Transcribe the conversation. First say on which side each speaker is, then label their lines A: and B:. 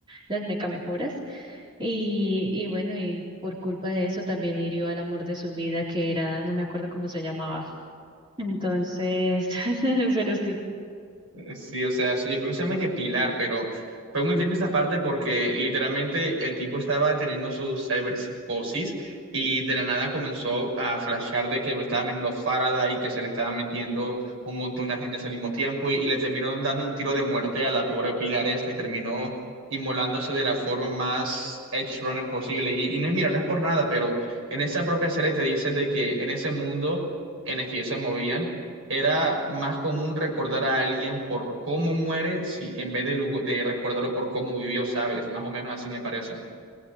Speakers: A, on the right; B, on the right.
A: las mecamejoras y, y bueno, y por culpa de eso también hirió al amor de su vida, que era, no me acuerdo cómo se llamaba. Entonces, <laughs> pero sí,
B: Eh, Sí, o sea, yo creo que se llama que Pilar, pero fue muy triste esta parte porque literalmente el tipo estaba teniendo su cyberpsicosis y de la nada comenzó a flashear de que estaba mirando Faraday y que se le estaba metiendo un montón de agentes al mismo tiempo y, y le terminaron dando un tiro de muerte a la pobre Pilar esta y terminó inmolándose de la forma más edge runner posible. Y, y no, mira, no es por nada, pero en esa propia serie te dicen de que en ese mundo en el que ellos se movían, era más común recordar a alguien por cómo muere, si en vez de, lu- de recordarlo por cómo vivió, ¿sabes? Más o menos así me parece.